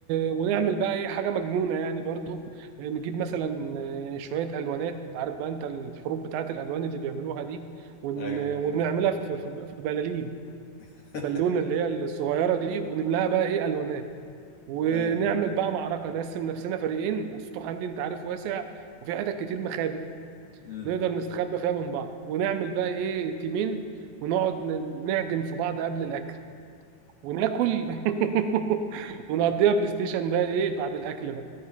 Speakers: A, on the right; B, on the left.
A: ونعمل بقى ايه حاجه مجنونه يعني برضو آه، نجيب مثلا آه، شويه الوانات عارف بقى انت الحروب بتاعت الالوان اللي بيعملوها دي ون...
B: ايوه بالظبط
A: ونعملها في في في بلالين
B: <laughs>
A: بالونه اللي هي الصغيره دي ونملاها بقى ايه الوانات ونعمل
B: ايوه
A: بقى معركه نقسم نفسنا فريقين والسطوح عندي انت عارف واسع وفي حتت كتير مخابئ
B: امم
A: نقدر نستخبى فيها من بعض ونعمل بقى ايه تيمين ونقعد ن- نعجن في بعض قبل الاكل وناكل <laughs> ونقضيها بلاي ستيشن بقى ايه بعد الاكل بقى